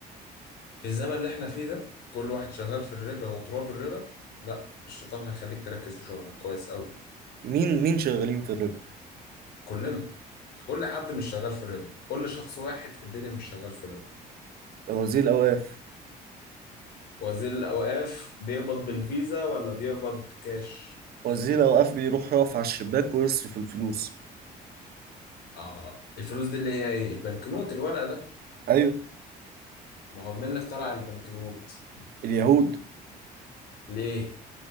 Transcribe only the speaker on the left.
في الزمن اللي احنا فيه ده كل واحد شغال في الربا وتراب الربا لا الشيطان هيخليك تركز في شغلك كويس قوي
كلنا قول لي حد مش شغال في الربا قول لي شخص واحد في الدنيا مش شغال في الربا
وزير الأوقاف بيقبض بالفيزا ولا بيقبض كاش
اه الفلوس دي اللي هي ايه البنكنوت الورق ده
ما هو مين اللي اخترع البنكنوت
ليه